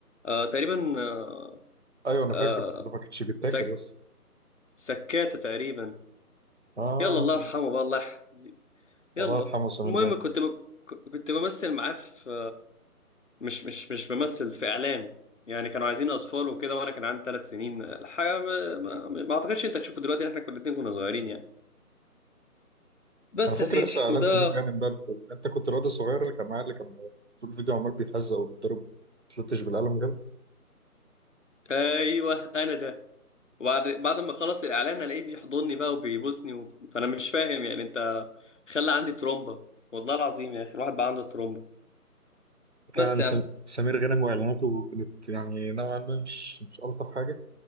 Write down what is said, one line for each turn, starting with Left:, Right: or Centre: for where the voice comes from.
Left: آه تقريبا آه
Right: ايوه انا
Left: آه
Right: فاكر بس ده ما كانش بيتاكل
Left: سك...
Right: بس
Left: سكاته تقريبا
Right: اه
Left: يلا الله يرحمه بقى الله يح- يلا
Right: الله يرحمه سمير
Left: المهم
Right: غانم
Left: كنت
Right: بس
Left: ب... كنت بمثل معاه في مش مش مش بمثل في اعلان يعني كانوا عايزين اطفال وكده وانا كان عندي ثلاث سنين الحقيقه ما... ما... ما اعتقدش انت هتشوفه دلوقتي احنا كنا الاتنين كنا صغيرين يعني بس
Right: انا فاكر
Left: يا سيدي
Right: لسه اعلان
Left: وده
Right: سمير غانم ده ال- ال- انت كنت الواد الصغير اللي كان معاه اللي كان طول الفيديو عمال بيتهزق وبيتضرب وبيتلطش بالقلم جنب
Left: ايوه انا ده وبعد بعد ما خلص الاعلان الاقيه بيحضني بقى وبيبوسني و... فانا مش فاهم يعني انت خلى عندي ترومبا والله العظيم يا اخي الواحد بقى عنده ترومبا
Right: فعلا
Left: بس يا
Right: سم...
Left: عم
Right: سمير غانم واعلاناته كانت يعني نوعا ما مش مش ألطف حاجة